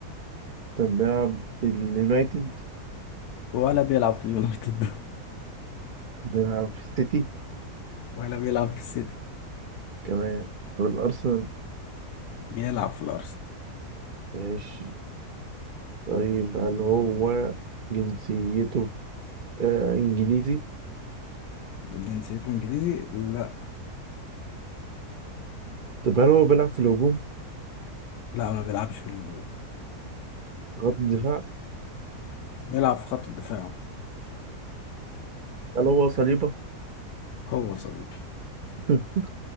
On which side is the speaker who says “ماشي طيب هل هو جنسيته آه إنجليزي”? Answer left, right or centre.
Right